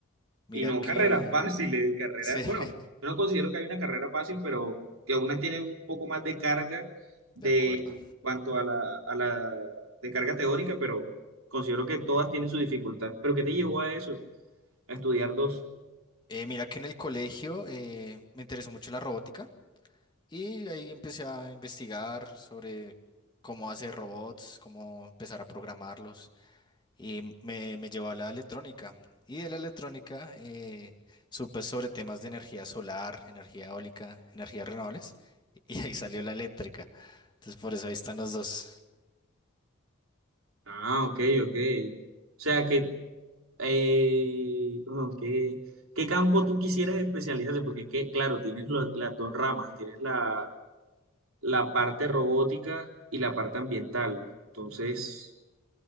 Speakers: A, on the left; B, on the right.
A: Mira
B: Y no
A: que...
B: carreras fáciles, carreras,
A: Sí, <laughs>
B: bueno, yo no considero que hay una carrera fácil, pero que algunas tienen un poco más de carga de
A: de acuerdo.
B: en cuanto a la, a la de carga teórica, pero considero que todas tienen su dificultad. ¿Pero qué te llevó a eso? A estudiar dos.
A: Eh, mira que en el colegio eh, me interesó mucho la robótica y ahí empecé a investigar sobre cómo hacer robots, cómo empezar a programarlos. y me, me llevó a la electrónica. Y de la electrónica eh, supe sobre temas de energía solar, energía eólica, energías renovables, y ahí salió la eléctrica. Entonces por eso ahí están los dos.
B: Ah, ok, ok. O sea que, eh, bueno, ¿qué, qué campo tú quisieras especializarte? Porque es que, claro, tienes lo- las dos ramas, tienes la, la parte robótica y la parte ambiental. Entonces.